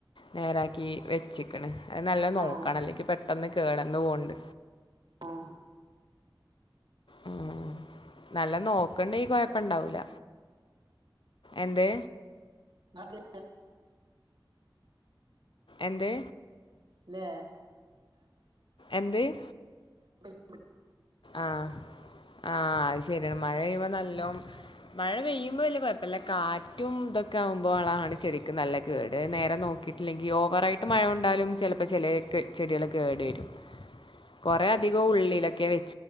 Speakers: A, on the left (about 70°); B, on the right (about 60°).
A: നേരാക്കി വെച്ച്. ക്ക് ണ് അത് നല്ല നോക്കണം
B: ആഹ്
A: അല്ലെങ്കി പെട്ടെന്ന് കേടന്ന് പോവ്ണ്ട്.
B: ആഹ്
A: ഉം നല്ല നോക്കണ്ടങ്കി കൊഴപ്പ ണ്ടാവൂല. എന്ത്.
B: <inaudible>
A: എന്ത്
B: ഇല്ലോ
A: എന്ത്
B: <unintelligible>
A: ആഹ് ആ അത് ശരിയാണ് മഴയ്യു മ്പൊ നല്ലം മഴ പെയ്യുമ്പോവെല്ല്യ കുഴപ്പല്ല കാറ്റും ഇതൊക്കെ ആകുമ്പോളാണ് ചെടിക്ക് നല്ല കേട് നേരെ നോക്ക കിട്ടില്ലെങ്കിൽ ഓവറായിട്ട് മഴ കൊണ്ടാലും ചലപ്പോചെലെ ചെടികള് കേടേരും.
B: <inaudible>
A: കുറെ അധികം ഉള്ളിലൊക്കെ വെ